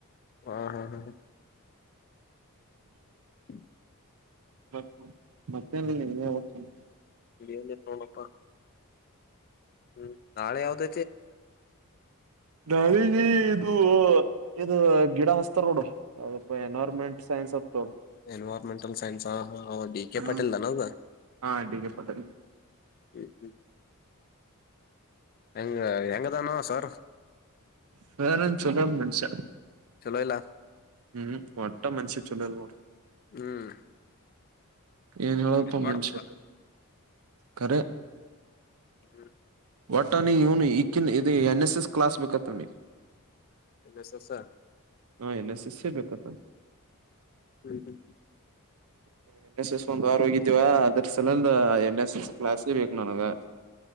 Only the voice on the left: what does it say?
ಹಾ ಹಾ ಹಾ ಹ ಹ್ಮ
ಎನ್ನಿಲ್ಲ ನೋಡಪ್ಪಾ ಹ್ಮ್ ನಾಳೆ ಯಾವ್ದ
ಎನ್ವೈರ್ಮೆಂಟಲ್ ಸೈನ್ಸ್ ಹಾ ಹಾ ಅವ ಡಿ ಕೆ
ಪಾಟೀಲ್ ದನದ
ಹ್ಮ್ ಹ್ಮ್ ಹೆಂಗ ಹೆಂಗ ಅದನೊ ಸರ
ಚಲೋ ಇಲ್ಲ
ಹ್ಮ್
ಹಂಗ ಇರಬಾರ್ದಪ್ಪ
ಹ್ಮ್
ಎ ನ್ ಎಸ ಎಸ
ಹ್ಮ್ ಹ್ಮ